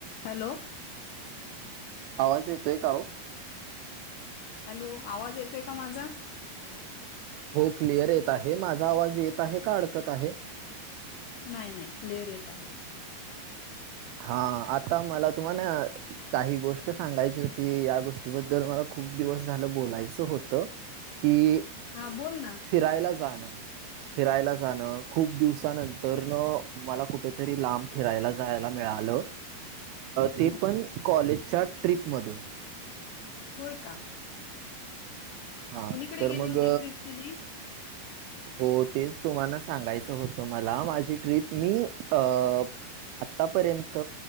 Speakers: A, on the left (about 75°); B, on the right (about 80°).
A: Hello!
B: आवाज येतोय का ओ?
A: हॅलो आवाज येतोय का माझा?
B: हो क्लिअर येत आहे माझा आवाज येत आहे का अडकत आहे?
A: नाही नाही क्लिअर येत आहे.
B: हा आता मला तुम्हानं काही गोष्ट सांगायची होती, या गोष्टीबद्दल मला खूप दिवस झालं बोलायचं होतं. की
A: हां बोल ना
B: फिरायला जाणं फिरायला जाणं, खूप दिवसानंतरन मला कुठ तरी लांब फिरायला जायला मिळालं, ते
A: हम्म
B: पण कॉलेजच्या ट्रीप मधून.
A: होय का?
B: हा
A: कुणीकडे
B: तर
A: गेली
B: मग
A: होती ट्रिप तुझी
B: हो तेच तुम्हाला सांगायचं होतं मला, माझी ट्रीप मी अ आतापर्यंत